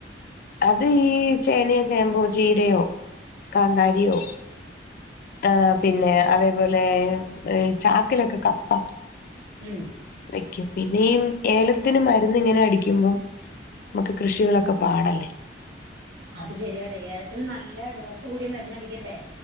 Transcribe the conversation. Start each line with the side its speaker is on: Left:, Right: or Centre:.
Left: അത് ഈ ചേനയോ ചേമ്പോ ചീരയോ കാന്താരിയോ. ആഹ് പിന്നെ അതേപോലെ ചാക്കിലൊക്കെ കപ്പ.
Right: ഉം
Left: വെയ്ക്കും പിന്നെ ഏലം. ത്തിന് മരുന്ന് ഇങ്ങനെ അടിക്കുമ്പോ നമുക്ക് കൃഷികളൊക്കെ പാടല്ലേ.
Right: അത് ശരിയാട്ടെ ഏലത്തിന് നല്ല ഡോസ് കൂടിയ മരുന്ന് അടിക്കണ്ടേ.